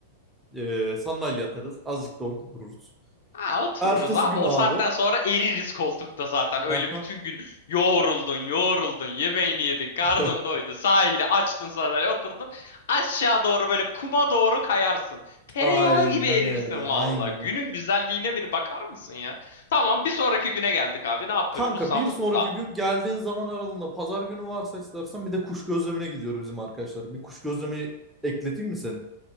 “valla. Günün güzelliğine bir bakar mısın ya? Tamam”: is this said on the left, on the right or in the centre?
Left